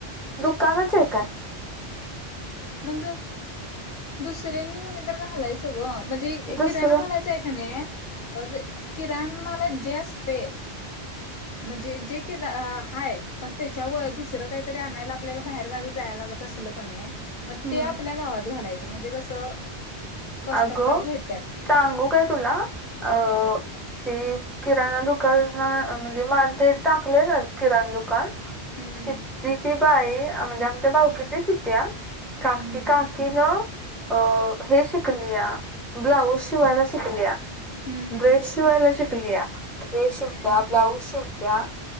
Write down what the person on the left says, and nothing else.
म्हणज दुसऱ्यांनी कुणी तर घालायचं. अगं म्हणजे
किराणमालाचं आहे का नाही अ जे किराणामालात जे असतय
म्हणजे जे के अ हाय पण त्याच्यावर दुसरं काहीतरी आणायला आपल्याला बाहेर गावी जायला लागत तसलं कनी म
ते आपल्या गावात घालायचं म्हणजे कसं कस्टमर
घेत्यात
हम्म
हम्म हम्म
हम्म हम्म
हम्म